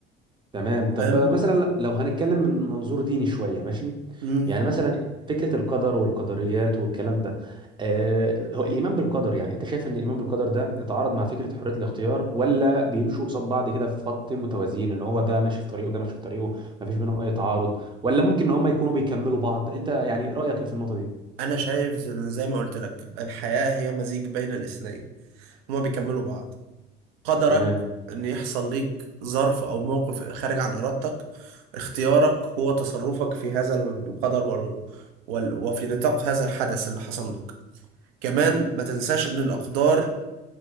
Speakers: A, on the right (about 15°); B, on the right (about 70°).
A: تمام طب
B: فاهم
A: مثلا لو هنتكلم من منظور ديني شوية ماشي
B: امم
A: يعني مثلا فكرة القدر والقدريات والكلام ده آه هو الإيمان بالقدر يعني أنت شايف إن الإيمان بالقدر ده يتعارض مع فكرة حرية الاختيار ولا بيمشوا قصاد بعض كده في خط متوازيين اللي هو ده ماشي في طريقه وده ماشي في طريقه ما فيش بينهم أي تعارض ولا ممكن إن هم يكونوا بيكملوا بعض أنت يعني رأيك إيه في النقطة دي
B: انا شايف زي زي ما قلت لك الحياة هي مزيج بين الاثنين هما بيكملوا بعض قدرك
A: تمام
B: ان يحصل ليك ظرف او موقف خارج عن ارادتك اختيارك هو تصرفك في هذا القدر وال... وال... وفي نطاق هذا الحدث اللي حصل لك كمان ما تنساش ان الاقدار